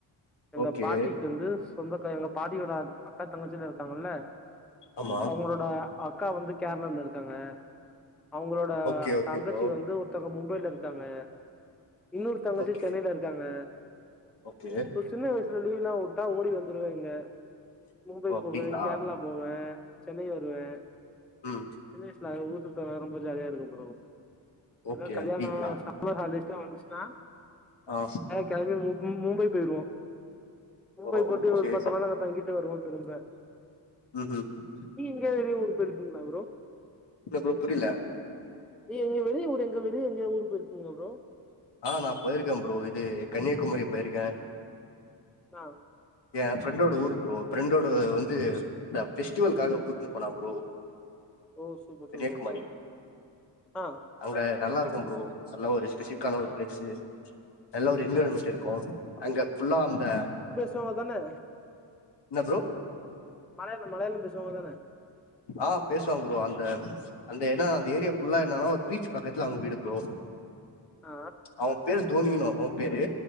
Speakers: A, in the centre; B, on the left.
A: எங்க
B: ஓகே
A: பாட்டிக்கு வந்து சொந்தக்காரங்க பாட்டியோட அக் அக்கா தங்கச்சில்லா இருக்காங்கல்ல
B: ஆமா
A: அவுங்களோட அக்கா வந்து கேரளால இருக்காங்க அவுங்களோட
B: ஓகே ஓகே
A: தங்கச்சி
B: ப்ரோ
A: வந்து ஒர் மும்பைல இருக்காங்க இன்னொரு தங்கச்சி
B: ஓகே
A: சென்னைல இருக்காங்க
B: ஓகே
A: போ சின்ன வயசல லீவ் எல்லா விட்டா ஓடி வந்துருவே இங்க மும்பை
B: ஓ அப்டிங்களா
A: போவே கேரளா போவே சென்னை வருவே
B: ம்
A: சின்ன வயசுல அங் ஊர் சுத்த வரம் போது ரொம்ப ஜாலியா இருக்கு ப்ரோ
B: ஓகே
A: ஏதாவது கல்யாண
B: அப்டிங்களா
A: சம்மர் ஹாலிடேஸ்லா வந்துச்சுன்னா
B: ஆ
A: கிளம்பி மு மு மும்பை போயிருவோ மும்பை
B: ஓ
A: போட்டு
B: சேரி
A: ஒரு பத்து ரூவால தங்கிட்டு வருவோ திரும்ப
B: ம் ம்
A: நீங்க எங்கேயாது வெளிய ஊருக்கு போய் இருக்கீங்ளா ப்ரோ
B: இல்ல ப்ரோ புரில
A: நீ எங்க வெளிய ஊர் எங்க வெளிய எங்கயாவது ஊருக்கு போயிருக்கீங்ளா ப்ரோ
B: ஆ நா போயிருக்கே ப்ரோ இது கன்னியாகுமரி போயிருக்கே
A: ஆ
B: எய ஃப்ரெண்டோட ஊர் ப்ரோ ஃப்ரெண்டோட வந்து இந்த பெஸ்டிவலாக கூட்டுனு போனா ப்ரோ
A: ஓ சூப்பர்
B: கன்னியாகுமாரி
A: சூப்பர் ப்ரோ ஆ
B: அங்க நல்லா இருக்கும் ப்ரோ நல்ல ஒரு ஸ்பெஷிபி கான ஒரு
A: ஆ
B: பிளேஸு நல்லா ஒரு என்விரான்மெண்ட்
A: ஆ
B: இருக்கு அங்க ஃபுல்லா அந்த
A: ஸ்லோவா தான்னே
B: ன்னப்ரோ
A: மலயாளோ மலயாளம் பேசுவாங்கதானே
B: ஆஹ் பேசுவாங்க ப்ரோ அந்த அந்த எட அந்த ஏரியா ஃபுல்லா என்னன்னா ஒரு பீச் பக்கத்துல அவங்க வீடு ப்ரோ
A: ஆ
B: அவன் பேரு தோனினு அவன் பேரு